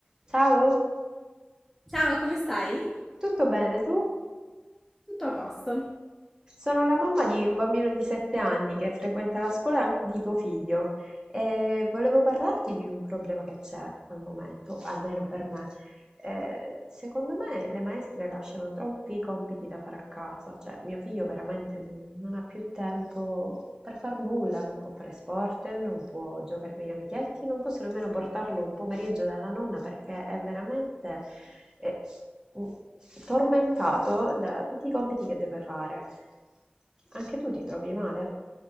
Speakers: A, on the right; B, in the centre.
A: Ciao,
B: Ciao, come stai?
A: tutto bene tu?
B: Tutto a posto.
A: Sono la mamma di un bambino di 7 anni che frequenta la scuola an- di tuo figlio e volevo parlarti di un problema che c'è al momento, almeno per me. Eh, secondo me le maestre lasciano troppi compiti da fare a casa, cioè mio figlio veramente non, non ha più tempo per far nulla, non può fare sport, non può giocare con gli amichetti, non posso nemmeno portarlo un pomeriggio dalla nonna perché è veramente eh, mm, tormentato da tutti i compiti che deve fare. Anche tu ti trovi male?